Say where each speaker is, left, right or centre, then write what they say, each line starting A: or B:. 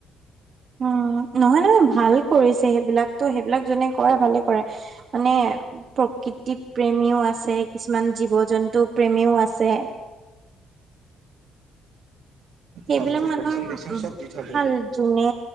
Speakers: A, on the right; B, on the right.
A: উম নহয় নহয় ভাল কৰিছে সেইবিলাকতো সেইবিলাক যোনে কৰে ভালে কৰে মানে প্ৰকৃতি প্ৰেমীও আছে, কিছুমান জীৱ জন্তু প্ৰেমীও আছে সেইবিলাক
B: তাৰপিছত
A: মানুহৰ
B: ভেকচিন চেকচিন চব দি থৈ
A: ভাল
B: যায়
A: যোনে